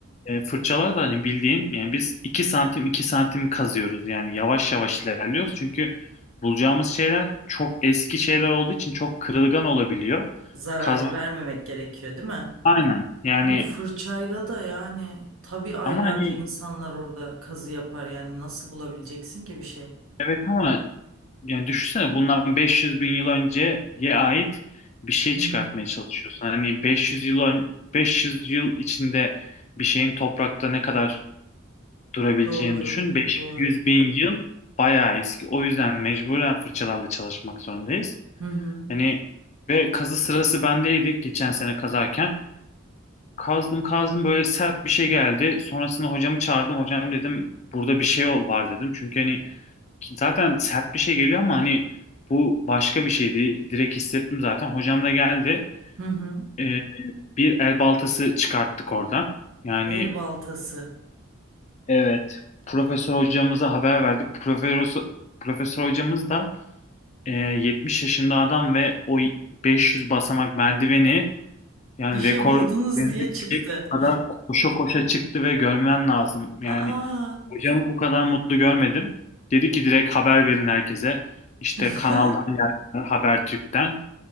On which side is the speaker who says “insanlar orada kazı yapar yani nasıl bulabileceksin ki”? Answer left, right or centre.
Right